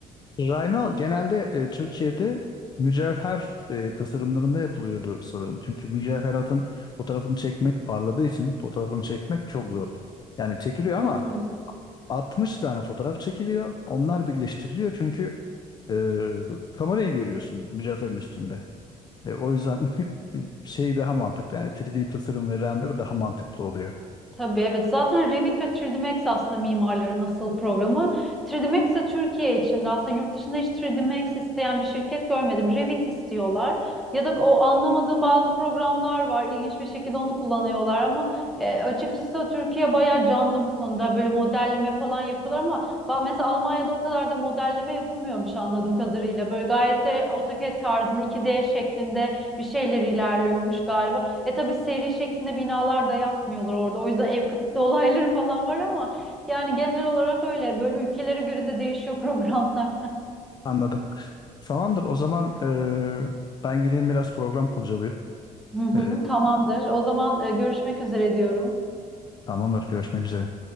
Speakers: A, on the left; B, in the centre.
A: Rhino genelde e, Türkiye'de mücevher e, tasarımlarında yapılıyordu sanırım. Çünkü mücevheratın fotoğrafını çekmek parladığı için fotoğrafını çekmek çok zor. Yani çekiliyor
B: Hmm.
A: ama 60 tane fotoğraf çekiliyor. Onlar birleştiriliyor çünkü e, kamerayı görüyorsun mücevherin üstünde. E, o yüzden <laughs> şey daha mantıklı. Yani 3D tasarım ve render daha mantıklı oluyor.
B: Tabii evet zaten Revit ve 3D Max aslında mimarların asıl programı. 3D Max de Türkiye içinde aslında yurt dışında hiç 3D Max isteyen bir şirket görmedim. Revit istiyorlar ya da o anlamadığım bazı programlar var ilginç bir şekilde onu kullanıyorlar ama e, açıkçası Türkiye bayağı canlı bu konuda böyle modelleme falan yapıyorlar ama ba- mesela Almanya'da o kadar da modelleme yapılmıyormuş anladığım kadarıyla. Böyle gayet de AutoCAD tarzında 2D şeklinde bir şeyler ilerliyormuş galiba. E tabii seri şeklinde binalar da yapmıyorlar orada. O yüzden ev kıtlığı <laughs> olayları falan var ama yani genel olarak öyle. Böyle ülkelere göre de değişiyor programlar.
A: Anladım. Tamamdır. O zaman e, ben gideyim biraz program kurcalayayım.
B: <laughs> Hı hı,
A: E,
B: tamamdır. O zaman e, görüşmek üzere diyorum.
A: tamamdır. Görüşmek üzere.